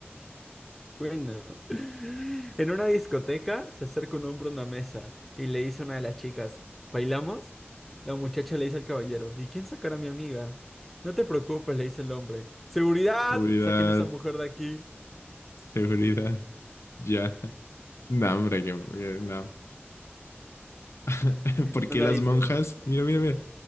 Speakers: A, in the centre; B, on the left.
A: Bueno, <laughs> en una discoteca se acerca un hombre a una mesa y le dice a una de las chicas, ¿bailamos? La muchacha le dice al caballero, ¿y quién sacará a mi amiga? No te preocupes, le dice el hombre. ¡Seguridad!
B: Seguridad,
A: Saquen a esa mujer de aquí.
B: seguridad, ya. No, hombre, que, que no. <laughs> ¿Por
A: No
B: qué
A: la
B: las
A: viste,
B: monjas?
A: ¿no?
B: Mira, mira, mira.